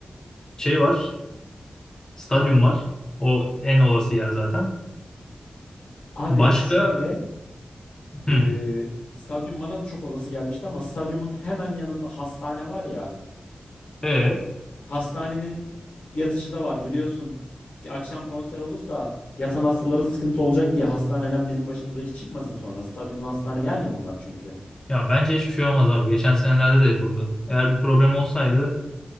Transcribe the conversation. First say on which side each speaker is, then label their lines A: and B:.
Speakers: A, on the left; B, on the left.
A: şey var. Stadyum var. O en olası yer zaten.
B: Abi
A: Başka
B: şöyle eee
A: hı,
B: stadyum bana da çok olası gelmişti ama stadyumun hemen yanında hastane var ya.
A: e
B: Hastanenin yatışı da var biliyorsun. Ki Akşam konser olursa yatan hastalara sıkıntı olacak diye hastaneden bizim başımıza iş çıkmasın sonra. Stadyumla hastane yan yanalar çünkü.
A: Ya bence hiçbir şey olmaz abi. Geçen senelerde de yapıldı. Eğer bir problem olsaydı